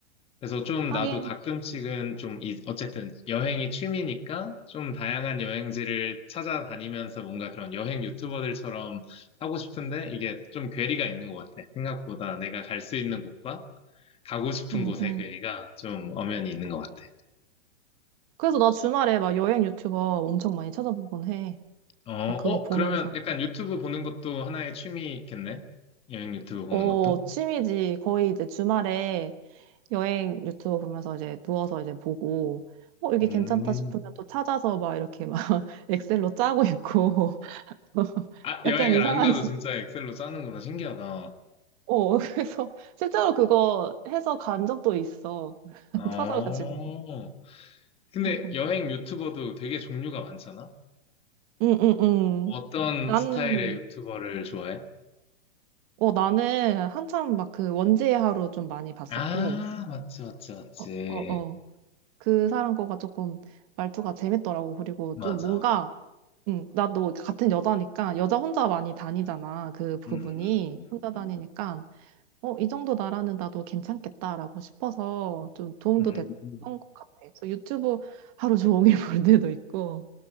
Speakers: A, on the left; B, on the right.
A: 그래서 좀
B: 하긴,
A: 나도 가끔씩은 좀, 이- 어쨌든 여행이 취미니까 좀 다양한 여행지를 찾아다니면서 뭔가 그런 여행 유튜버들처럼 하고 싶은데 이게 좀 괴리가 있는 것 같아. 생각보다 내가 갈 수 있는 곳과 가고 싶은
B: 음,
A: 곳의
B: 음.
A: 괴리가 좀 엄연히 있는 것 같아.
B: 그래서 나 주말에 막 여행 유튜버 엄청 많이 찾아보곤 해.
A: 어, 어,
B: 막 그거 보면서.
A: 그러면 약간 유튜브 보는 것도 하나의 취미겠네? 여행 유튜브 보는
B: 어,
A: 것도?
B: 취미지. 거의 이제 주말에 여행 유튜브 보면서 이제 누워서 이제 보고, 어, 이게
A: 음.
B: 괜찮다 싶으면 또 찾아서 막 이렇게 막 <laughs> 엑셀로 짜고 있고. <laughs>
A: 아, 여행을
B: 약간 이상한,
A: 안 가도
B: 지-
A: 진짜 엑셀로 짜는구나. 신기하다.
B: 어, <laughs> 그래서 실제로 그거 해서 간 적도 있어. <laughs>
A: 어.
B: 찾아가지고.
A: 근데
B: 응, 응,
A: 여행 유튜버도 되게 종류가 많잖아?
B: 응, 응. 응.
A: 어떤
B: 나는,
A: 스타일의 유튜버를 좋아해?
B: 어, 나는 한참 막 그 원지의 하루 좀 많이 봤었고,
A: 아, 맞지, 맞지, 맞지.
B: 어, 어, 어. 그 사람 거가 조금 말투가 재밌더라고. 그리고
A: 맞아.
B: 좀 뭔가, 응, 나도 같은 여자니까, 여자 혼자 많이 다니잖아. 그 부분이.
A: 음, 음,
B: 혼자 다니니까,
A: 음.
B: 어, 이 정도 나라는 나도 괜찮겠다라고 싶어서 좀 도움도
A: 음,
B: 됐던
A: 음.
B: 것 같아. 그래서 유튜브 하루 종일 <laughs> 볼 때도 있고,